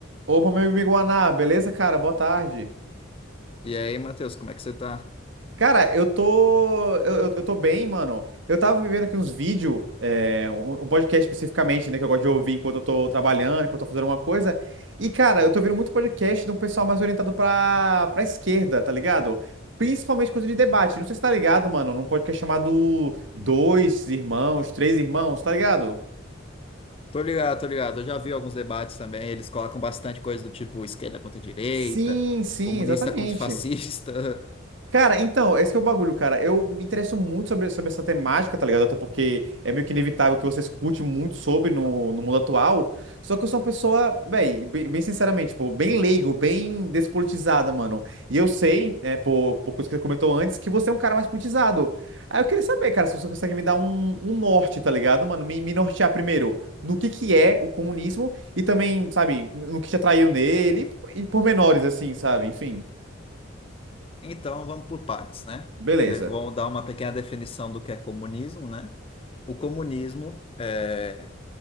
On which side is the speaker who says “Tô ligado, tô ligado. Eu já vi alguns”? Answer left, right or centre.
Left